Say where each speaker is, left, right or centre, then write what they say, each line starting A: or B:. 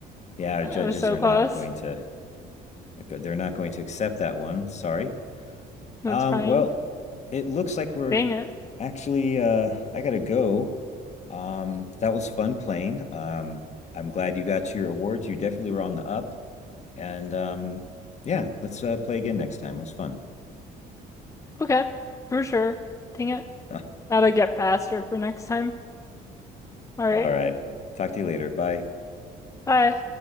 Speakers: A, on the left; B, on the left.
A: yeah, our
B: I
A: judges
B: was so
A: are
B: close.
A: not going to Like, They're not going to accept that one. Sorry.
B: That's
A: Um,
B: fine.
A: well, it looks like we're
B: Dang it.
A: actually uh I gotta go. Um, that was fun playing. Um, I'm glad you got your awards. You definitely were on the up. And um, yeah, let's uh, play again next time. It was fun.
B: Okay. For sure. Dang it.
A: <laughs> All
B: That'll get faster for next time. All right.
A: right. Talk to you later. Bye.
B: Bye.